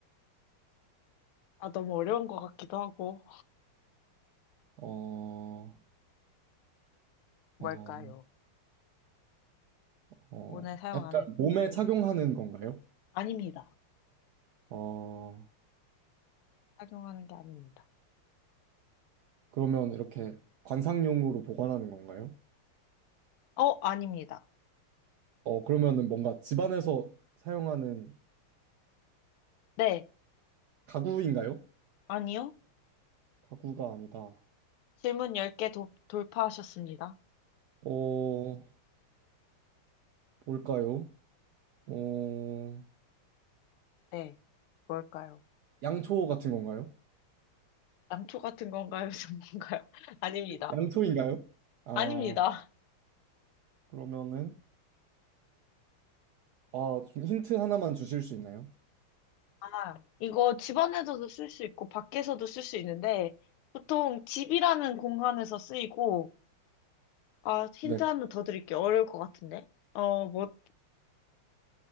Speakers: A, on the left (about 85°); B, on the right (about 75°).
A: 아, 너무 어려운 것 같기도 하고.
B: 어, 어,
A: 뭘까요?
B: 어,
A: 오늘 사용
B: 약간
A: 안 했습니다.
B: 몸에 착용하는 건가요?
A: 아닙니다.
B: 어,
A: 착용하는 게 아닙니다.
B: 그러면 이렇게 관상용으로 보관하는 건가요?
A: 어, 아닙니다.
B: 어, 그러면은 뭔가 집안에서 사용하는
A: 네,
B: 가구인가요?
A: 아니요.
B: 가구가 아니다.
A: 질문 10개 도, 돌파하셨습니다.
B: 어, 뭘까요? 어,
A: 네, 뭘까요?
B: 양초 같은 건가요?
A: 양초 같은 건가요? <laughs> 전가요 <laughs> 아닙니다.
B: 양초인가요? 아,
A: 아닙니다.
B: 그러면은 아, 좀 힌트 하나만 주실 수 있나요?
A: 아, 이거 집 안에서도 쓸 수 있고, 밖에서도 쓸 수 있는데, 보통 집이라는 공간에서 쓰이고, 아, 힌트
B: 네.
A: 하나 더 드릴게요. 어려울 것 같은데. 어, 뭐,